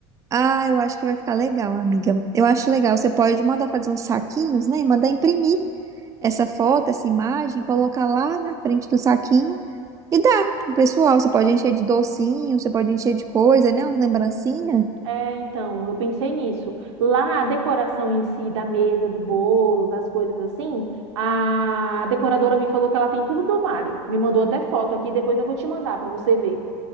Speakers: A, on the right; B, on the right.
A: Ah, eu acho que vai ficar legal, amiga. Eu acho legal. Você pode mandar fazer uns saquinhos, né? E mandar imprimir essa foto, essa imagem, colocar lá na frente do saquinho e dá pro pessoal. Você pode encher de docinho, você pode encher de coisa, né? Uns lembrancinhas.
B: É, então, eu pensei nisso. Lá, a decoração em si da mesa, do bolo, das coisas assim, a decoradora me falou que ela tem tudo do Mário. Me mandou até foto aqui, depois eu vou te mandar para você ver.